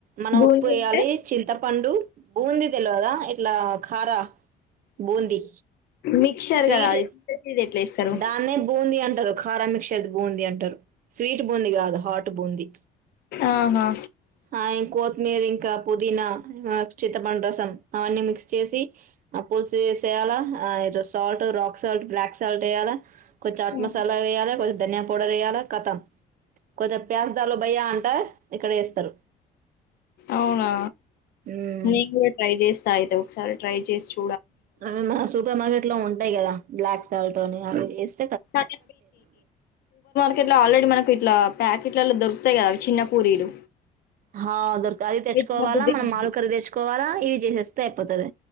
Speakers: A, on the right (about 55°); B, on the left (about 70°).
A: మన
B: బూందీ
A: ఉప్పు వేయాలి
B: అంటే
A: చింతపండు బూంది తెలవదా ఇట్లా కారా బూంది,
B: మిక్చర్
A: స్వీట్
B: కదా అది ఇది ఎట్లా ఏస్తారు
A: దాన్నే బూంది అంటారు కఖా మిక్క్షర్ది బూందీ అంటారు స్వీట్ బూంది కాదు హాట్ బూంది
B: ఆహా
A: హాయ్ కొత్మీర్ ఇంకా పుదీనా చిత్తపండు రసం అవన్నీ మిక్స్ చేసి ఆ పుల్స్ చేసేయాలా salt rock salt black salt ఏయాల కొం చాట్
B: హ్మ్.
A: మసాలా వేయాల కొ ధనియా పౌడర్ ఏయాల కతం కొచం ప్యాస్ దాలో బయ్యా అంట ఇక్కడ ఏస్తరు
B: అవునా
A: మ్మ్.
B: నేను కూడా ట్రై చేస్తా అయితే ఒకసారి ట్రై చు
A: అ మన సూపర్ మార్కెట్ లో ఉంటాయి కదా బ్లాక్ సాల్ట్ అని అవి ఏస్
B: <unintelligible> కెట్ల ఆల్రెడీ మనకు ఇట్లా ప్యాకెట్లల దొరుకుతాయి కదా అవి చిన్న పూరీలు
A: హా దొరక అది తెచ్చుకోవాలా
B: అవి తినబుద్ధి
A: మనం
B: కాదు
A: ఆలు కర్ర తెచ్చుకోవాలా ఇవి చేసేస్తే అయిపోతది